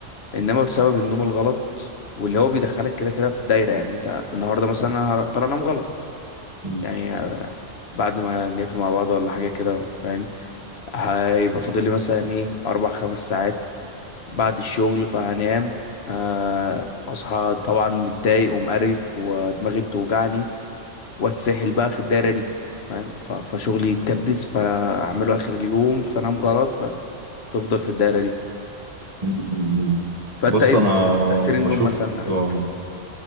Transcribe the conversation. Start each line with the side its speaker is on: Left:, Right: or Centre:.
Left: انما بسبب النوم الغلط واللي هو بيدخلك كده كده في دايرة يعني انت النهاردة مثلا انا هضطر انام غلط
Right: مم.
Left: يعني آه، بعد ما نقفل مع بعض ولا حاجة كده فاهم هيبقى فاضل لي مثلا ايه اربع خمس ساعات بعد الشغل فهنام آه، اصحى طبعا متضايق ومقرف ودماغي بتوجعني واتسحل بقى في الدايره دي فاهم ف- فشغلي يتكدس فاعمله اخر اليوم فانام غلط فتفضل في الدايره دي
Right: مم. مم.
Left: فانت
Right: بص
Left: ايه
Right: انا
Left: تاثير النوم
Right: بشوف
Left: مثلا عليك
Right: آه،